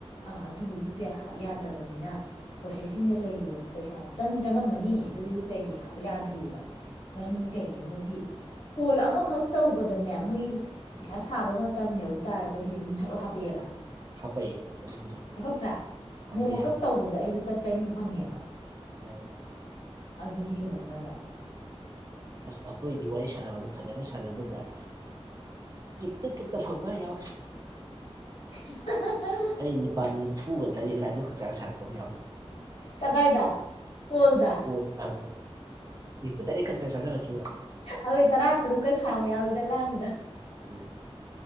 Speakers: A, on the left; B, on the right.
A: ꯑꯥ ꯑꯗꯨ ꯌꯨ ꯄꯤ ꯑꯥꯏ ꯍꯥꯞ ꯌꯥꯗꯕꯅꯤꯅ ꯄ꯭ꯔꯣꯁꯦꯁꯤꯡꯗ ꯂꯩꯔꯤꯕ ꯄꯩꯁꯥ ꯆꯪ ꯆꯪꯉꯝꯃꯅꯤ ꯑꯗꯨꯒ ꯌꯨ ꯄꯤ ꯑꯥꯏꯗꯤ ꯍꯥꯞꯄ ꯌꯥꯗ꯭ꯔꯤꯕꯑꯔꯤꯕ ꯃꯔꯝꯗꯤ ꯀꯩꯒꯤꯅꯣꯗꯤ ꯀꯣꯜ ꯑꯃꯈꯛ ꯇꯧꯕꯗꯅꯦ ꯃꯣꯏꯒꯤ ꯄꯩꯁꯥ ꯁꯥꯕ ꯃꯇꯝ ꯃꯇꯝ ꯌꯧ ꯇꯔꯗꯤ ꯑꯗꯨꯝ ꯁꯠꯂꯣ ꯍꯥꯞꯄꯛꯑꯦꯕ
B: ꯍꯥꯄꯛꯏ ꯑꯗꯨꯕꯨꯗꯤ
A: ꯍꯥꯕꯛꯇ꯭ꯔꯥ
B: ꯍꯥꯄꯛꯏ
A: ꯅꯣꯡꯃꯀꯛ
B: ꯍꯥ
A: ꯇꯧꯕꯗ ꯑꯩ ꯂꯨꯄꯥ ꯆꯅꯤ ꯐꯪꯉꯦꯕ
B: ꯎꯝ
A: ꯑꯗꯨꯗꯤ ꯌꯦꯡꯉꯣꯗ ꯅꯠꯇ꯭ꯔꯣ
B: ꯑꯁ ꯑꯩꯈꯣꯏꯗꯤ ꯋꯥꯔꯤ ꯁꯥꯟꯅꯕꯅ ꯐꯖꯅ ꯁꯥꯟꯅꯗꯨꯗ ꯇ ꯇꯠꯇ ꯐꯧꯒ ꯌꯥꯎꯋ
A: <unintelligible>
B: ꯅꯤꯄꯥꯜ ꯅꯤꯐꯨꯒ ꯇꯔꯦꯠꯂ ꯑꯗꯨ ꯈꯛꯇꯥꯡ ꯁꯥꯔꯛꯄ ꯑꯃ ꯌꯥꯎꯏ
A: ꯀꯗꯥꯏꯗ ꯀꯣꯜꯗ
B: ꯀ ꯑ ꯏ ꯇꯅꯤ ꯀꯔꯛꯇ ꯆꯒ ꯀ ꯋꯥ
A: ꯑꯩꯋꯣꯏ ꯇꯔꯥ ꯇꯔꯨꯛꯀ ꯁꯥꯕ ꯌꯥꯎꯋꯤꯗ ꯂꯥꯡꯕꯗ
B: ꯎꯝ